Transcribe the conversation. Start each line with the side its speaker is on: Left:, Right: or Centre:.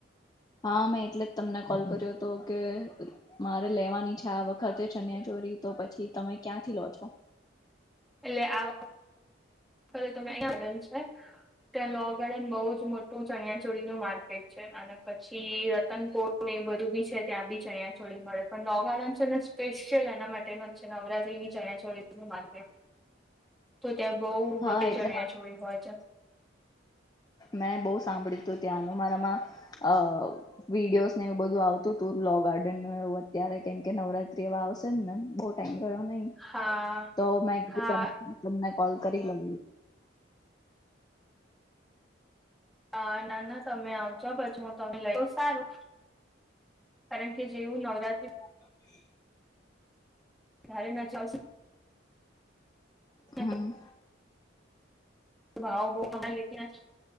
Left: હા મેં એટલે જ તમને કોલ કર્યો તો કે મારે લેવાની છે આ વખતે ચન્યાચોરી તો પછી તમે ક્યાંથી લો છો?
Centre: એટલે આવા તે તો મે અયા બેન છે. ત્યાં લો ગાર્ડન ને બહુ જ મોટું ચણિયાચોળી નું માર્કેટ છે અને પછી રતનપોળ એ બધું બી છે ત્યાં બી ચણિયા ચોળી મળે પણ લો ગાર્ડન છે ને સ્પેશિયલ એના માટેનો છે. નવરાત્રી ની ચણિયાચોળીનું માર્કેટ. તે બઉ
Left: હા
Centre: બધી
Left: એટલે
Centre: ચણિયા ચોલી હોય છે.
Left: મેં બહુ સાંભળ્યું તું ત્યાંનું મારામાં, અ વિડીયોઝ ને એવું બધું આવતું તું લો ગાર્ડન ને એવું અત્યારે કેમ કે નવરાત્રી અવે આવશે નેન ટામ રહ્યો નહી
Centre: હા
Left: તો મે
Centre: હા
Left: તમ તમને કોલ કરી લઉ.
Centre: હા ના ના તમે આવશો પછ હું તમે લઈ, સારું કારણ કે જેવું નવરાતી
Left: અ
Centre: તારે ના ચાલસે.
Left: હમ્મ.
Centre: ને ભાવો બવ ખાલે ત્યાં જ